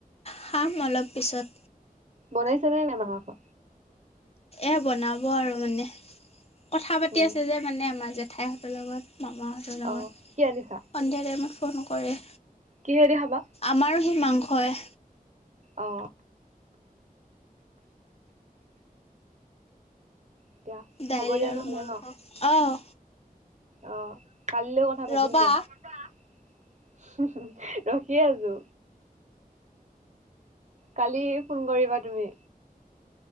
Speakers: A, on the left; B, on the right.
A: খাম অলপ পিছত
B: বনাইছেনে নে <unintelligible>
A: এ বনাব আৰু মানে কথা পাতি
B: উম
A: আছে যে মানে আমাৰ জেঠাইহঁতৰ লগত মামাহঁতৰ লগত,
B: অ কি আনিছা
A: সন্ধিয়া টাইমত ফোন কৰে।
B: কিহেদি খাবা
A: আমাৰো সেই মাংসই।
B: অ এতিয়া
A: দাইল
B: হ'ব দিয়া
A: আৰু
B: নহ'লে
A: মাংস
B: ন?
A: অঁ
B: অ কালিলৈও কথা পাতিম
A: ৰ'বা
B: দিয়া। হ হ ৰখি আছো। কালি ফোন কৰিবা তুমি।